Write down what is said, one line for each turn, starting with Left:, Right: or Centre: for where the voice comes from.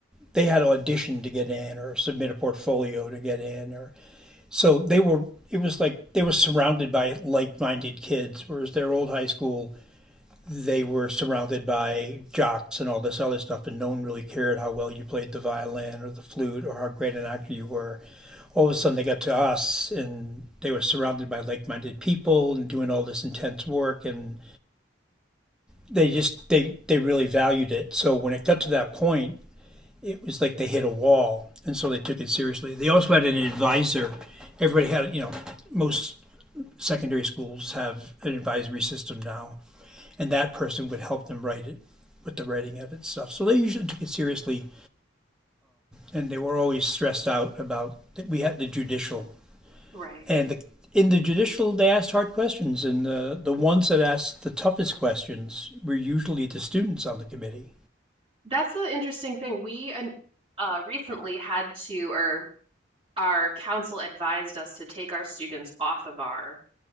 Centre: they had to audition to get in or submit a portfolio to get in or so they were it was like they were surrounded by like-minded kids whereas their old high school they were surrounded by jocks and all this other stuff, and no one really cared how well you played the violin or the flute or how great an actor you were. All of a sudden, they got to us, and they were surrounded by like-minded people and doing all this intense work, and they just they they really valued it. So when it got to that point, it was like they hit a wall, and so they took it seriously. They also had an advisor. Everybody had, you know, most secondary schools have an advisory system now and that person would help them write it with the writing of it and stuff. So they usually took it seriously, and they were always stressed out about that we had the judicial
Right: Right.
Centre: and the in the judicial they asked hard questions, and the the ones that asked the toughest questions were usually the students on the committee.
Right: That's the interesting thing. We uh, uh, recently had to, or our council advised us to take our students off of our